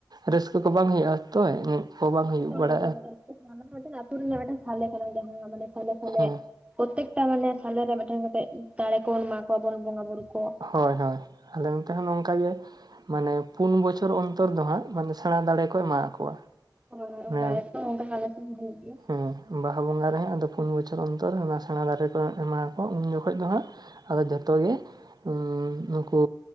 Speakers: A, on the right (about 60°); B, on the right (about 15°).
A: ᱨᱟᱹᱥᱠᱟᱹ ᱠᱚ ᱵᱟᱝ ᱦᱩᱭᱩᱜ-ᱟ ᱛᱚ ᱮᱱᱮᱡ ᱠᱚ ᱵᱟᱝ ᱦᱩᱭᱩᱜ
B: ᱦᱳᱭ
A: ᱵᱟᱲᱟᱜ-ᱟ᱾
B: <inaudible> ᱟᱹᱛᱩ ᱨᱮᱱᱟᱜ ᱢᱤᱫᱴᱮᱱ ᱥᱟᱞᱮ ᱠᱟᱱᱟ ᱡᱟᱦᱟᱸ ᱢᱟᱱᱮ ᱥᱟᱞᱮ ᱥᱟᱞᱮ
A: ᱦᱮᱸ
B: ᱯᱨᱚᱛᱮᱠᱴᱟ ᱢᱟᱱᱮ ᱥᱟᱞᱮ ᱨᱮ ᱢᱤᱫᱴᱮᱱ ᱠᱟᱛᱮᱜ ᱫᱟᱲᱮ ᱠᱚ ᱵᱚᱱ ᱮᱢᱟ ᱠᱚᱣᱟ ᱵᱚᱱ ᱵᱚᱸᱜᱟ ᱵᱩᱨᱩ ᱠᱚ᱾
A: ᱦᱳᱭ ᱦᱳᱭ, ᱟᱞᱮ ᱱᱚᱛᱮ ᱦᱚᱸ ᱱᱚᱝᱠᱟᱜᱮ ᱾ ᱢᱟᱱᱮ ᱯᱩᱱ ᱵᱚᱪᱷᱚᱨ ᱚᱱᱛᱚᱨ ᱫᱚ ᱦᱟᱸᱜ ᱢᱟᱱᱮ ᱥᱮᱬᱟ ᱫᱟᱲᱮ ᱠᱚ ᱮᱢᱟᱣ ᱠᱚᱣᱟ᱾
B: ᱦᱳᱭ ᱦᱳᱭ
A: ᱢᱟᱱᱮ
B: ᱚᱱᱠᱟ ᱜᱮ, ᱱᱮᱥ ᱦᱚᱸ ᱚᱝᱠᱟ ᱦᱟᱞᱮ ᱥᱮᱡ ᱦᱚᱸ ᱦᱩᱭᱩᱜ ᱜᱮᱭᱟ ᱾
A: ᱦᱮᱸ ᱵᱟᱦᱟ ᱵᱚᱸᱜᱟ ᱨᱮ ᱦᱟᱸᱜ ᱟᱫᱚ ᱯᱩᱱ ᱵᱚᱪᱷᱚᱨ ᱚᱱᱛᱚᱨ ᱚᱱᱟ ᱥᱮᱬᱟ ᱫᱟᱨᱮ ᱠᱚ ᱮᱢᱟᱣᱟᱠᱚ ᱩᱱ ᱡᱚᱠᱷᱚᱡ ᱫᱚ ᱦᱟᱸᱜ ᱟᱫᱚ ᱡᱷᱚᱛᱚ ᱜᱮ ᱩᱻ ᱩᱱᱠᱩ